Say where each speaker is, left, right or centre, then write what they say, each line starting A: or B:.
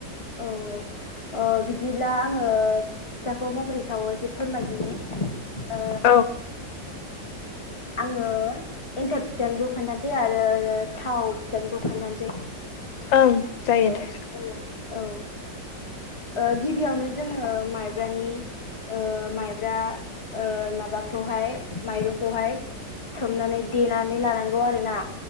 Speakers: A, on the left; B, on the left.
A: औ औ ओ बिदिब्ला आङो फिथाखौ माबोरै सावो एसे फोरमायदिनि। ओ
B: औ
A: आङो एन्थाब फिथानिखौ खोन्थानोसै आरो थाव फिथानिखौ खोन्थानोसै।
B: ओं जायो
A: हेल!
B: दे
A: औ ओ गिबियावनो जोङो माइब्रानि ओ माइब्रा ओ माबाखौहाय माइरंखौहाय सोमनानै देनानै लानांगौ आरोना।